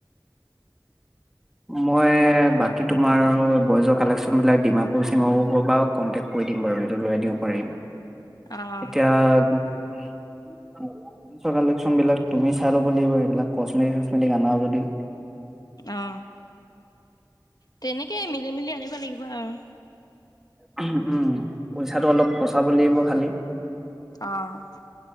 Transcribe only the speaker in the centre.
মই বাকী তোমাৰ বইজৰ কালেকচনবিলাক ডিমাপুৰ - চিমাপুৰ পৰ পৰাও কনটেক্ট কৰি দিম বাৰু সেইটো লৈ আনিব পাৰিম
এতিয়া <unintelligible> চ কালেকশ্যনবিলাক তুমি চাই ল'ব লাগিব সেইবিলাক কচমেটিক - চচমেটিক আনা যদি।
উহু উম, পইচাটো অলপ ফচাব লাগিব খালি।